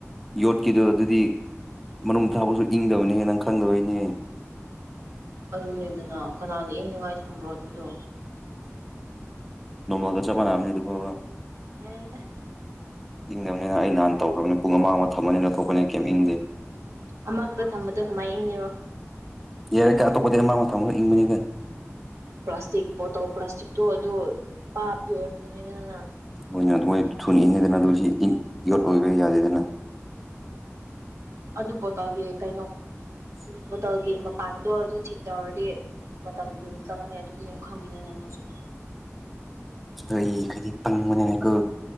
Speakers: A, in the centre; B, on the right.
A: ꯌꯣꯠꯀꯤꯗꯣ ꯑꯗꯨꯗꯤ ꯃꯅꯨꯡꯗ ꯊꯥꯕꯁꯨ ꯏꯪꯗꯕꯅꯤ ꯍꯦ ꯅꯪ ꯈꯪꯗꯕꯩꯅꯦ
B: ꯑꯗꯨꯅꯤꯗꯅ ꯀꯅꯥꯅ ꯏꯪꯅꯤꯡꯉꯥꯏ ꯊꯝꯕ꯭ꯔꯣ ꯑꯗꯨꯗꯣ
A: <inaudible> ꯅꯣꯡꯃꯜꯒ ꯆꯞ ꯃꯅꯥꯕꯅꯤ ꯑꯗꯨꯐꯥꯎꯕ
B: ꯌꯥꯔ°ꯗ
A: ꯏꯪꯗꯕꯅꯤꯅ ꯑꯩ ꯅꯍꯥꯟ ꯇꯧꯈ꯭ꯔꯕꯅꯤ ꯄꯨꯡ ꯑꯃꯥꯡ ꯑꯃ ꯊꯝꯃꯅꯤꯅ ꯂꯧ ꯊꯣꯛꯄꯅꯤꯅ ꯀꯩꯝ ꯏꯪꯗꯦ
B: ꯑꯃꯥꯡꯛꯇ ꯊꯝꯕꯗꯣ ꯀꯃꯥꯏꯅ ꯏꯡꯂꯤꯔꯣ
A: ꯌꯥꯔꯦꯒ ꯑꯇꯣꯞꯄꯗꯤ ꯑꯃꯥꯡ ꯃꯊꯪ ꯑꯃꯒ ꯏꯪꯕꯅꯤꯒ
B: ꯄ꯭ꯂꯥꯁꯇꯤꯛ ꯕꯣꯇꯜ ꯄ꯭ꯂꯥꯁꯇꯤꯛꯇꯣ ꯑꯗꯨ ꯄꯥꯕꯤ ꯑꯣꯏꯔꯝꯒꯅꯤꯗꯅ
A: ꯍꯣꯏꯅ ꯑꯗꯨ ꯃꯣꯏ ꯊꯨꯅ ꯏꯪꯉꯦꯗꯅ ꯑꯗꯨ ꯁꯤ ꯌꯣꯠ ꯑꯣꯏꯕ ꯌꯥꯗꯦꯗꯅ
B: ꯑꯗꯨꯕꯨꯣ ꯇꯧꯒꯤ ꯀꯩꯅꯣ
A: ꯎ
B: ꯍꯣꯇꯦꯜꯒꯤ ꯃꯄꯥꯟꯗꯣ ꯑꯗꯨ ꯊꯤꯛ ꯇꯧꯔꯗꯤ ꯃꯇꯝ ꯀꯨꯏꯅ ꯆꯪꯉꯅꯤ ꯑꯗꯨꯗꯤ ꯈꯪꯉꯤꯅ ꯅꯅꯁꯨ
A: ꯍꯣꯏ ꯈꯗꯤ ꯄꯪꯕꯅꯤꯅꯦꯀꯣ